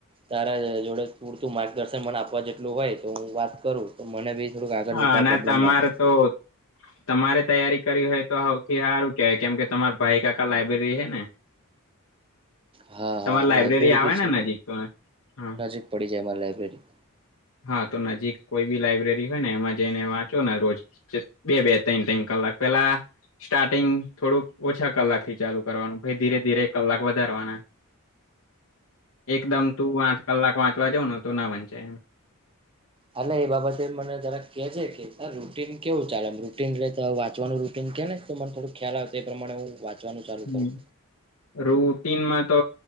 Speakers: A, on the right (about 25°); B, on the left (about 65°).
A: તારા જોડે પૂરતું મા દર્શન મન આપવા જેટલું હોય તો હું વાત કરું તો મને બી થોડુંક આગળ
B: હા
A: જતા
B: અને
A: પ્રોબ્લેમ
B: તમારે
A: ના થાય
B: તો તમારે તૈયારી કરી હોય તો સૌથી સાર કે કેમ કે તમાર ભાઈકાાકા લાઈબ્રેરી હૈ ને
A: હા
B: તમારી
A: હા
B: લાયબ્રેરી
A: લાઈબ્રેરી
B: આવે
A: બી છે
B: ને નજીક તો હા
A: નજીક પડી જાયમારે લબ રેડી
B: હા તો નજીક કોઈ બી લાઈબ્રેરી હોય ને એમાં જઈને વાંચો ને રોજ બે બે ત્રન ત્રન કલાક પેલા સ્ટાર્ટિંગ થોડુંક ઓછા કલાક થી ચાલુ કરવાનું ભાઈ ધીરે ધીરે કલાક વધારવાના એકદમ તું આઠ કલાક વાંચ વાંચવાનું હોય ને તો ના વંચાય એમ
A: હા એ બાબતે મને જરા કે છે કે રૂટીન કેવું ચાલે રૂટન વાચવાનું રૂટન કે ને તો મને થોડું ખ્યાલ આવે તો એ પ્રમાણે હું વાંચવાનું ચાલુ
B: હમ
A: કરું
B: રૂટીનમાં તો